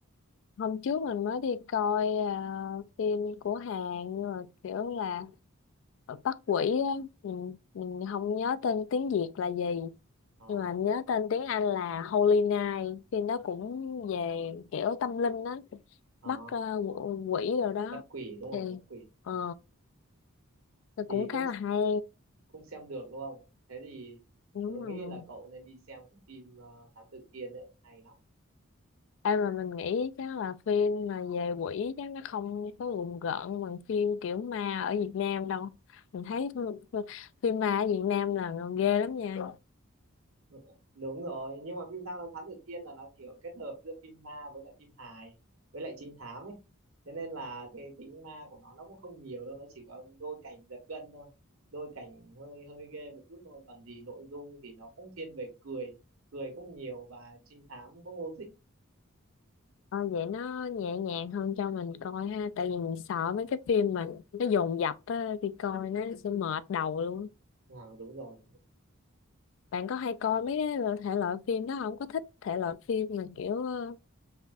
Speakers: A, on the left (about 60°); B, on the right (about 80°).
A: hôm trước mình mới đi coi ờ, phim của Hàn nhưng mà kiểu là ở Bắc Quỷ á, mình mình không nhớ tên tiếng Việt là gì
B: Ờ
A: nhưng mà nhớ tên tiếng Anh là Holy Night phim đó cũng về kiểu tâm linh đó
B: ờ
A: bắt ờ, qu- quỷ rồi đó
B: bắt quỷ đúng rồi,
A: thì
B: bắt quỷ.
A: ờ
B: Ừ,
A: thì
B: Thì
A: cũng khá
B: cũng
A: là hay
B: cũng xem được đúng không? Thế thì
A: đúng
B: tôi
A: rồi
B: nghĩ là cậu nên đi xem cái phim ờ, Thám Tử Kiên đấy, hay lắm.
A: em mà mình nghĩ chắc là phim mà về quỷ chắc nó không có rùng rợn bằng phim kiểu ma ở Việt Nam đâu mình thấy phim phim ma ở Việt Nam là ghê lắm nha
B: Ừ, đúng rồi nhưng mà phim Tham Lam Thám Tử Kiên là nó kiểu kết hợp giữa phim ma với lại phim hài với lại trinh thám ấy thế nên là cái tính ma của nó nó cũng không nhiều đâu nó chỉ có đôi cảnh giật gân thôi đôi cảnh hơi hơi ghê một chút thôi còn gì nội dung thì nó cũng thiên về cười cười cũng nhiều và trinh thám cũng logic
A: Ờ, vậy nó nhẹ nhàng hơn cho mình coi ha tại vì mình sợ mấy cái phim mà nó dồn dập á, đi coi nó sẽ mệt đầu luôn
B: à, đúng rồi
A: bạn có hay coi mấy cái thể loại phim đó không có thích thể loại phim mà kiểu ờ,